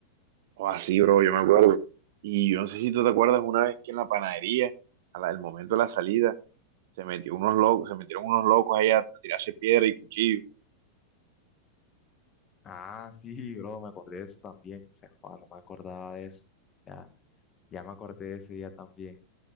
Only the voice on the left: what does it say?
Ah, sí, bro, me acordé de eso también. O sea, joder, no me acordaba de eso. Ya, ya me acordé de ese día también.